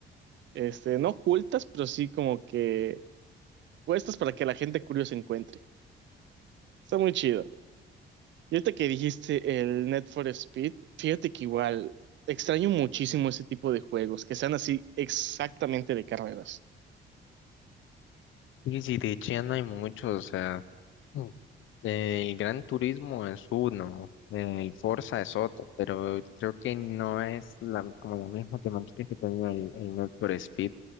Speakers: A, on the right; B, on the left.
A: este, no ocultas, pero sí como que puestas para que la gente curiosa encuentre. Está muy chido. Y ahorita que dijiste el Net for Speed, fíjate que igual extraño muchísimo ese tipo de juegos, que sean así exactamente de carreras.
B: Y si de hecho no hay muchos, o sea, Mm. el Gran Turismo es uno, el Forza es otro, pero creo que no es la, como la misma temática que tenía el, el Need for Speed,